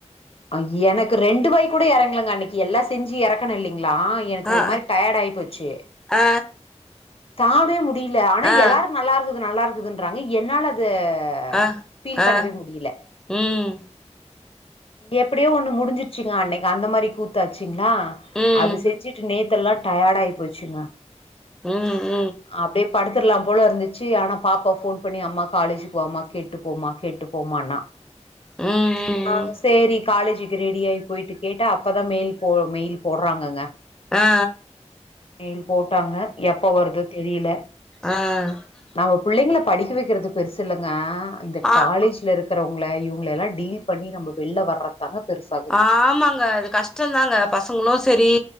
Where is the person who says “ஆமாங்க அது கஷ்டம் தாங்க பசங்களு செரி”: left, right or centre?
Centre